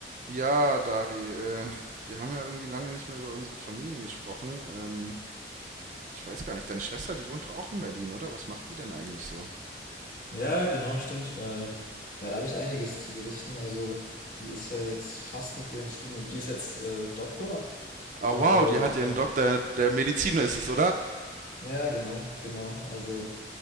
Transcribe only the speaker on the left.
Ja, genau, stimmt. Äh, ja, da habe ich einiges zu berichten. Also, die ist ja jetzt fast mit ihrem Studium. Die ist jetzt äh, Doktor.
Also,
äh,
ja, genau, genau. Also,